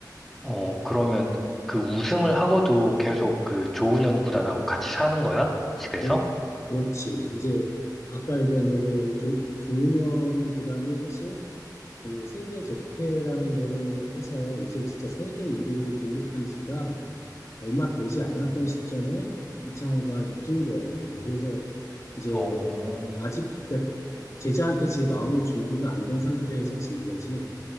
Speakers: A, in the centre; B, on the left (about 45°).
A: 어, 그러면 그 우승을 하고도 계속 그 조훈현 구단하고 같이 사는 거야? 집에서?
B: 그렇, 그렇지. 이제 아까 얘기한 대로 조, 조은현 구단이 사실 그 세계 재패라는 거를 해서 이제 진짜 세계 1위로 등극한 지가 얼마 되지 않았던 시점에 이창호가 이긴 거야. 그래서 이제
A: 어,
B: 아직 그러니까 제자한테 제 마음의 준비가 안 된 상태에서 진 거지.